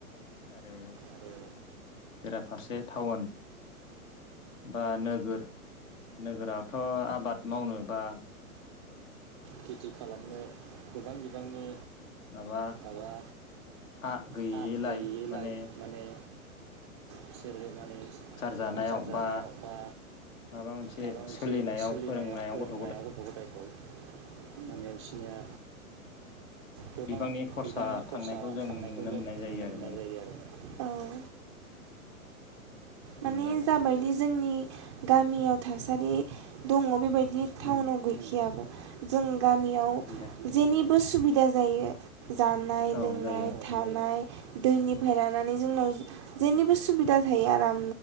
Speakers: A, on the left (about 60°); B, on the right (about 20°).
A: आरो
B: आरो
A: बेराफारसे टाउन बा नोगोर नोगोरावथ' आबाद मावनो बा
B: खेथि खालामनो गोबां बिबांनि
A: माबा
B: माबा
A: हा गैयैलाय
B: हा गैयिलाय
A: माने
B: माने बिसोरो माने संसार
A: जानायाव
B: जानायाव
A: बा
B: बा
A: माबा मोनसे
B: माबा मोनसे सोलिनायाव
A: फोरोंनायाव
B: फोरोंनायाव
A: गथ'
B: गथ' गथायखौ माने बिसिनिया गोबां
A: बिबांनि खरसा
B: बिबांनि खरसा
A: थांनायखौ जों
B: थांनायखौ जों
A: मोननाय
B: नुनो
A: जायो आरो
B: मोननाय
A: माने
B: जायो आरो
A: बेयो
B: माने
A: आरो
B: जाबायदि
A: उम
B: जोंनि गामियाव थासारि दङ बेबायदि
A: उमहो
B: बि टाउनाव गैखयाबो । जों गामियाव
A: गैया
B: जेनि उसुबिदा जायो। जानाय,
A: औ
B: लोंनाय,
A: जायो
B: थानाय दैनिफ्राय लानानै जोंनाव जेनिबो सुबिदा थाया।